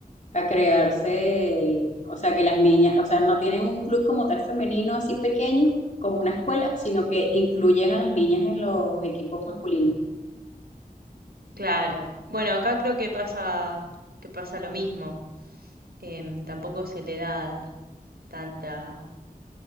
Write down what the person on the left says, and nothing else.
a crearse, o sea, que las niñas, o sea, no tienen un club como tal femenino así pequeño, como una escuela, sino que incluyen a las niñas en los equipos masculinos.